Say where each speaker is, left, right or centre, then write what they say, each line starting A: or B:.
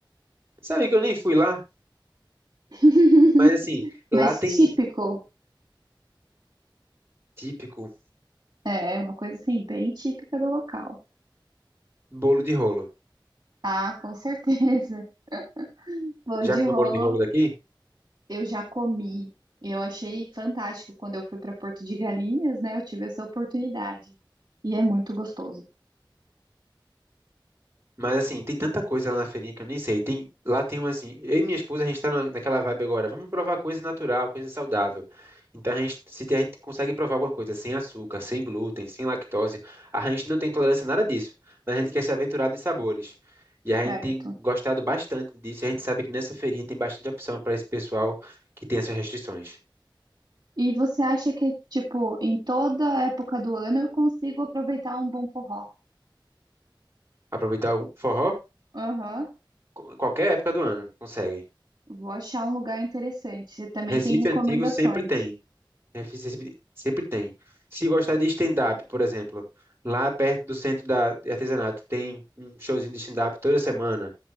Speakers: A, on the right; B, on the right.
A: Sabe que eu nem fui lá,
B: <laughs>
A: mas assim,
B: Mas
A: lá tem
B: típico,
A: típico
B: é, é uma coisa assim, bem típica do local.
A: bolo de rolo.
B: Ah, com certeza. <laughs> Bolo
A: Já
B: de
A: comeu
B: rolo
A: bolo de rolo daqui?
B: Eu já comi. Eu achei fantástico quando eu fui para Porto de Galinhas, né? Eu tive essa oportunidade. E é muito gostoso,
A: Mas assim, tem tanta coisa lá na feirinha que eu nem sei. Tem, lá tem um assim, eu e minha esposa, a gente tá na- naquela vibe agora, vamos provar coisa natural, coisa saudável. Então a gente, se a gente consegue provar alguma coisa sem açúcar, sem glúten, sem lactose, a gente não tem tolerância a nada disso, mas a gente quer se aventurar nos sabores. E a
B: certo?
A: gente tem gostado bastante disso, e a gente sabe que nessa feirinha tem bastante opção para esse pessoal que tem essas restrições.
B: E você acha que, tipo, em toda época do ano eu consigo aproveitar um bom forró?
A: Aproveitar o forró,
B: Aham.
A: qu- qualquer época do ano, consegue.
B: Vou achar um lugar interessante. Você também
A: Recife
B: tem recomendações.
A: Antigo sempre tem. né? Sempre, sempre tem. Se gostar de stand-up, por exemplo, lá perto do centro da, de artesanato tem um showzinho de stand-up toda semana.